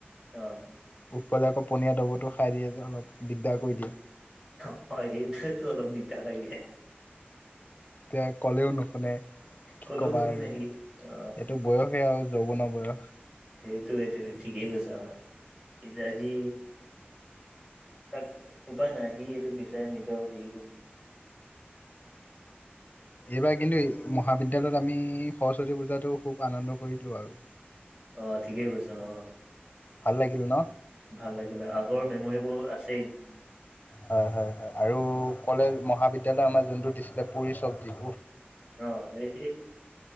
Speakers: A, on the right; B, on the left.
A: অ'।
B: উৎপলয়ে‌ যে আকৌ পনীয়া দ্ৰৱটো খাই দিয়ে যে অলপ দিগদাৰ কৰি দিয়ে।
A: অ', সেইটোয়েতো অলপ দিগদাৰ লাগে।
B: এতিয়া ক'লেও নুশুনে কি
A: কলেও
B: ক'বা
A: নুশুনে
B: আৰু এইটো।
A: সি অ
B: বয়সেই আৰু যৌৱনৰ বয়স।
A: সেইটোৱেটো ঠিকে কৈছা। এতিয়া সি তাক উপায় নাই সি এইটো বিচাৰে নিজৰ হেৰিটো।
B: এইবাৰ কিন্তু মহাবিদ্যালয়ত আমি সৰস্বতী পূজাটো খুব আনন্দ কৰিলোঁ আৰু।
A: অ', ঠিকে কৈছ অ'।
B: ভাল লাগিল ন?
A: ভাল লাগিলে আগৰ মেম'ৰিবোৰ আছেই।
B: হয়, হয়, হয় আৰু কলেজ মহাবিদ্যালয় আমাৰ যোনটো দিছিলে পুুৰী চব্জী
A: অ', এই